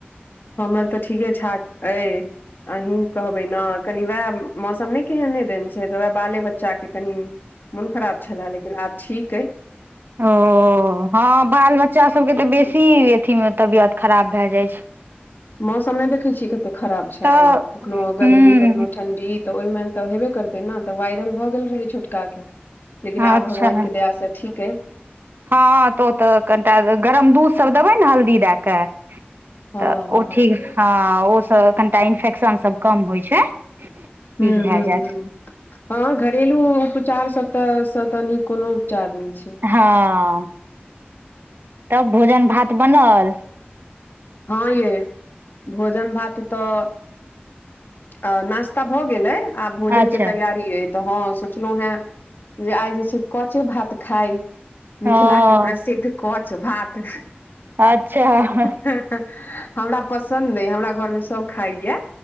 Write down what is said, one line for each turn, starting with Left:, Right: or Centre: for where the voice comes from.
Left: हमर तऽ ठीके ठाक अय, अहीं कहबै न कनी वैह मौसम नहि केहने दन छै, तऽ वैह बाले बच्चा के कनि मन खराब छले, लेकिन आब ठीक अइ।
Right: ओऽ, हँ बाल बच्चा सभके तऽ बेसी अथीमे तबियत खराब भै जाइ छै।
Left: मौसम नहि देखे छिय, कते खराब छै,
Right: तऽ
Left: कखनो गरमी
Right: हूँ
Left: कखनो ठंडी तऽ ओहि मे तऽ हेबे करतै न, तऽ वायरल भऽ गेल रहै छोटका के लेकिन आब
Right: अच्छा
Left: भगवान के दया से ठीक अय।
Right: हँ तऽ ओ तऽ कनिटा, गरम दूध सभ देबै न, हल्दी दे कऽ
Left: हँ
Right: तऽ
Left: हँ
Right: ओ ठीक हँऽ ओ स कनिटा इन्फेक्शन सभ कम होइ छै। ठीक
Left: हुं -
Right: भए
Left: हुं
Right: जायत
Left: -हु हं घरेलू उप चार सबत स त निक कोनो उपचार नहि छै।
Right: हांऽ तब भोजन भात बनल।
Left: हँ यै, भोजन भात तऽ आ नाश्ता भऽ गेल अइ, आब भोजन
Right: अच्छा
Left: के तैयारी अय। तऽ हँ सोचलहु हें जे आइ जे छै कचे भात खाइ
Right: हँ
Left: मिथिला के प्रसिद्ध कच भात
Right: अच्छा
Left: हमरा पसन्द अइ, हमरा घर में सब खाइये।